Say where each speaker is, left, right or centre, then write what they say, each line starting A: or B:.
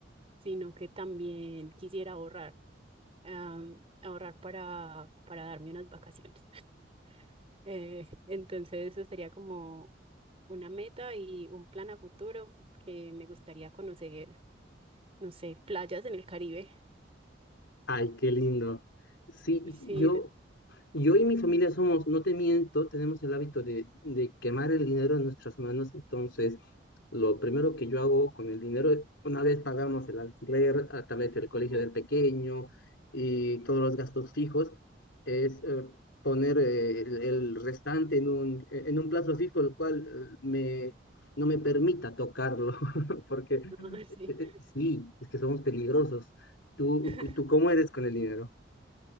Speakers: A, on the right; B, on the left.
A: sino que también quisiera ahorrar, am, ahorrar para, para darme unas vacaciones. <laughs> Eh, entonces, eso sería como una meta y un plan a futuro que me gustaría conocer, no sé, playas en el Caribe.
B: Ay, qué lindo. Sí, y
A: <laughs> Sí,
B: yo Yo y mi familia somos, no te miento, tenemos el hábito de, de quemar el dinero en nuestras manos, entonces lo primero que yo hago con el dinero, una vez pagamos el alquiler, a través del colegio
A: ujú.
B: del pequeño y todos los gastos fijos, es eh, poner eh, el, el restante en un, eh, en un plazo fijo, el cual eh, me, no me permita tocarlo, <laughs> porque eh,
A: Ah, sí.
B: eh, sí, es que somos peligrosos. ¿Tú,
A: <laughs>
B: tú cómo eres con el dinero?